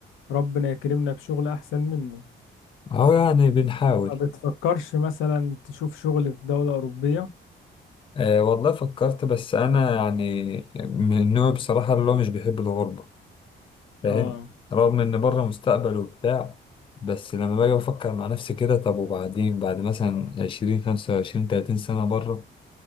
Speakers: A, on the left; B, on the left.
A: ربنا يكرمنا بشغل احسن منه
B: اهو يعني بنحاول
A: ما بتفكرش مثلا تشوف شغل في دولة أوروبية
B: أه والله فكرت بس انا يعني من النوع بصراحه اللي هو مش بيحب الغربه فاهم
A: اه
B: رغم ان بره مستقبل وبتاع بس لما باجي بفكر مع نفسي كده طب وبعدين بعد مثلا عشرين خمسة وعشرين تلاتين سنة بره